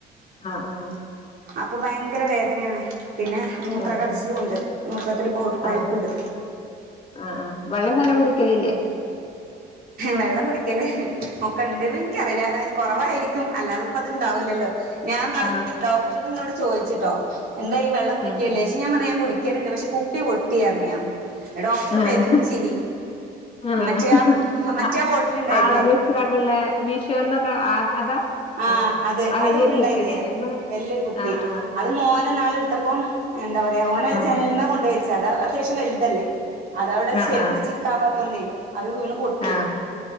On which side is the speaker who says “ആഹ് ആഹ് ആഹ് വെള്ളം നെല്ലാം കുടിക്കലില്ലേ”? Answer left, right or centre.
Left